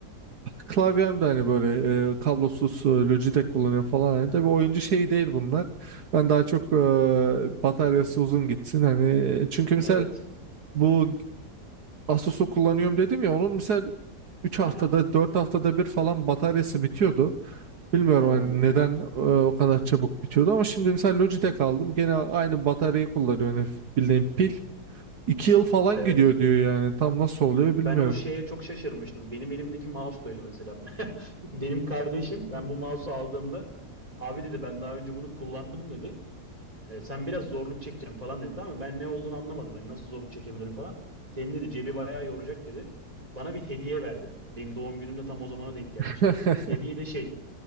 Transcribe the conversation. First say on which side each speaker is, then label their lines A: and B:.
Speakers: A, on the right (about 70°); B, on the right (about 20°).
A: klavyem de hani böyle e, kablosuz e, Logitech kullanıyorum falan. Hani tabii oyuncu şeyi değil bunlar. Ben daha çok e, bataryası uzun gitsin hani. Çünkü misal
B: Evet.
A: bu Asus'u kullanıyorum dedim ya onun misal üç haftada
B: Aha.
A: dört haftada bir falan bataryası bitiyordu. Bilmiyorum
B: Oo.
A: hani neden e, o kadar çabuk bitiyordu ama şimdi mesela Logitech aldım. Gene aynı bataryayı kullanıyor hani bildiğin pil. 2 yıl falan
B: Evet.
A: gidiyor diyor yani. Tam nasıl oluyor
B: Ben
A: bilmiyorum.
B: o şeye çok şaşırmıştım. Benim elimdeki mouse da öyle mesela. <laughs> Benim kardeşim ben bu mouse'u aldığımda abi dedi ben daha önce bunu kullandım dedi. E, sen biraz zorluk çekeceğim falan dedi. Tamam mı? Ben ne olduğunu anlamadım. Hani nasıl zorluk çekebilirim falan. Senin dedi cebi bayağı yoracak dedi. Bana bir hediye verdi. Benim doğum günümde tam o zamana denk gelmişti.
A: <laughs>
B: Hediye de şey